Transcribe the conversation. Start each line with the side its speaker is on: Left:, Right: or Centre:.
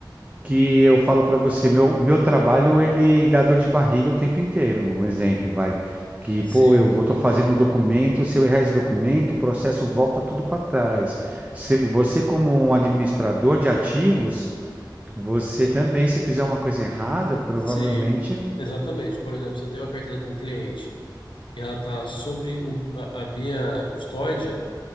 Right: que eu falo para você, meu meu trabalho ele dá dor de barriga o tempo inteiro. Um exemplo, vai. Que,
Left: Sim,
Right: pô, eu vou tô fazendo um documento, se eu errar esse documento, o processo volta tudo para trás. Se, você, como um administrador de ativos, você também, se fizer uma coisa errada, provavelmente.
Left: sim, exatamente. Por exemplo, se eu tenho uma carteira de um cliente e ela está sob o- a, a minha custódia,